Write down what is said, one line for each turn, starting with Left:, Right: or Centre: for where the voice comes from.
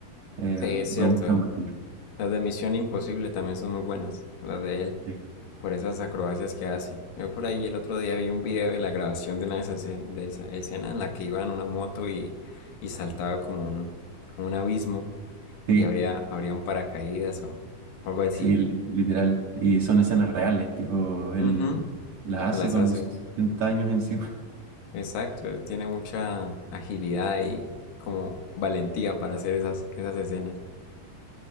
Right: eh,
Left: Sí, es cierto.
Right: me gustan
Left: eh.
Right: bastante.
Left: Las de Misión Imposible también son muy buenas, las de él,
Right: Sí,
Left: por esas acrobacias que hace. Yo por ahí el otro día vi un video de la grabación de una de esas escen- de esa escena en la que iba en una moto y, y saltaba como un, un abismo
Right: sí,
Left: y habría, habría un paracaídas o algo así.
Right: sí, li- literal. Y son escenas reales, tipo, él
Left: Ujú,
Right: las
Left: las
Right: hace con
Left: hace.
Right: sus 60 años encima. <laughs>
Left: Exacto, tiene mucha agilidad y como valentía para hacer esas, esas escenas.